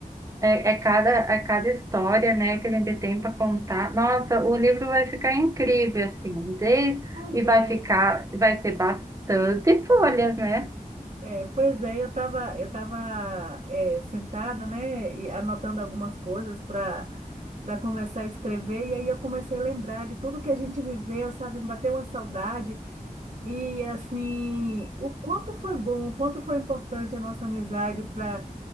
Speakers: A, on the right; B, on the right.
A: É, é cada, é cada história, né, que a gente tem para contar. Nossa, o livro vai ficar incrível, assim, desde,
B: Pois
A: e vai
B: é.
A: ficar, vai ter bastante folhas, né?
B: É, pois é, eu estava eu tava, é, sentada, né, e anotando algumas coisas para para começar a escrever, e aí eu comecei a lembrar de tudo que a gente viveu, sabe, me bateu uma saudade, e assim, o quanto foi bom, o quanto foi importante a nossa amizade para